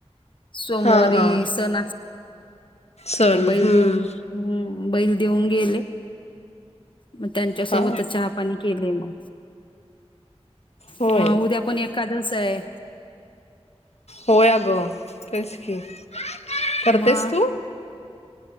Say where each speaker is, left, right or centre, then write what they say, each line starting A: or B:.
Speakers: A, on the left (about 50°); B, on the left (about 75°).
A: सोमवारी
B: हा हा
A: सण.
B: सण
A: ते बैल
B: हम्म
A: देऊन हूं बैल देऊन गेले. म त्यांच्या सोबतच
B: हा
A: चहा पाणी केलेय म.
B: होय
A: म उद्या पण एखादस आहे.
B: होय अगं तेच की, करतेस
A: मग
B: तू?